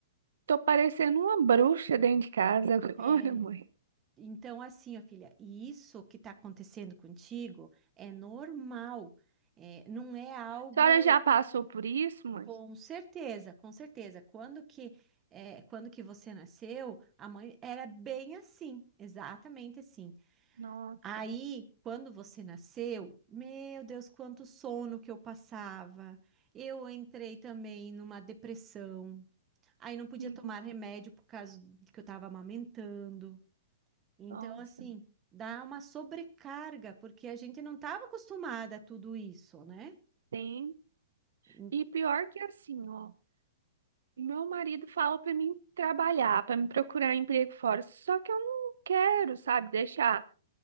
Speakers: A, on the right; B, on the right.
A: Tô parecendo uma bruxa dentro de casa <laughs> agora,
B: É,
A: mãe.
B: então, assim, ó, filha, e isso que está acontecendo contigo é normal, é, não é algo
A: A senhora já passou por isso, mãe?
B: com certeza, com certeza. Quando que, é, quando que você nasceu, a mãe era bem assim, exatamente assim.
A: Nossa,
B: Aí, quando você nasceu, meu Deus, quanto sono que eu passava. Eu entrei também numa depressão. Aí não podia
A: <laughs>
B: tomar remédio por causa de que eu estava amamentando. Então,
A: nossa,
B: assim, dá uma sobrecarga, porque a gente não estava acostumada a tudo isso, né?
A: Tem.
B: E-
A: E pior que assim, ó. Meu marido fala pra mim trabalhar, pra me procurar emprego fora, só que eu não quero, sabe, deixar